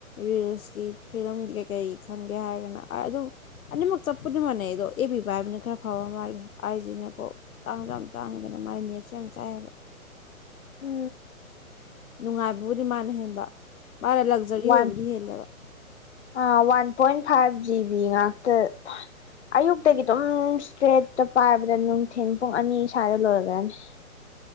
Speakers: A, on the left; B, on the left.
A: ꯔꯤꯜꯁꯀꯤ ꯐꯤꯂꯝꯒꯤ ꯀꯩꯀꯩ ꯈꯪꯒꯦ ꯍꯥꯏꯔꯒꯅ ꯑꯗꯨꯝ ꯑꯅꯤꯃꯛ ꯆꯞꯄꯗꯤꯡ ꯃꯥꯟꯅꯩ ꯑꯩꯗꯣ ꯑꯦ ꯄꯕꯤꯕ ꯍꯥꯏꯕꯅꯤꯅ ꯈꯔ ꯐꯕ ꯃꯥꯜꯂꯦ ꯑꯩꯁꯤꯅꯀꯣ ꯇꯥꯡꯖ꯭ꯔꯥ ꯌꯥꯝ ꯇꯥꯡꯉ ꯍꯥꯏꯗꯅ ꯃꯥꯒꯤ ꯅꯦꯠꯁꯨ ꯌꯥꯝ ꯆꯥꯏꯑꯌꯦꯕ
B: ꯎ
A: ꯅꯨꯡꯉꯥꯏꯕꯕꯨꯗꯤ ꯃꯥꯅ ꯍꯦꯟꯕ ꯃꯥꯅ ꯂꯛꯖꯔꯤ
B: ꯋꯥꯟ
A: ꯑꯣꯏꯕꯗꯤ ꯍꯦꯜꯂꯦꯕ
B: ꯑ ꯋꯥꯟ ꯄꯟ ꯐꯥꯏꯚ ꯖꯤꯕꯤ ꯉꯥꯛꯇ ꯑꯌꯨꯛꯇꯒꯤ ꯑꯗꯨꯝ ꯏꯁꯇ꯭ꯔꯦꯠꯇ ꯄꯥꯏꯕꯗ ꯅꯨꯡꯊꯤꯟ ꯄꯨꯡ ꯑꯅꯤ ꯁ꯭ꯋꯥꯏꯗ ꯂꯣꯏꯈ꯭ꯔꯅꯤ <unintelligible>